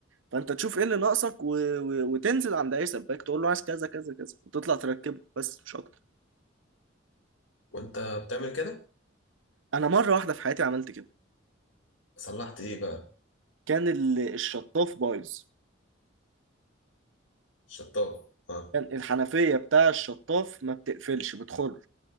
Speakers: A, on the right; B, on the left.
A: فانت تشوف ايه اللي ناقصك و... و... وتنزل عند اي سباك تقول له عايز كذا كذا كذا وتطلع تركبه بس مش اكتر
B: وانت بتعمل كده
A: انا مره واحده في حياتي عملت كده
B: صلحت ايه بقى
A: كان ال- الشطاف بايظ
B: شطاف اه
A: كان الحنفية بتاع الشطاف ما بتقفلش بتخر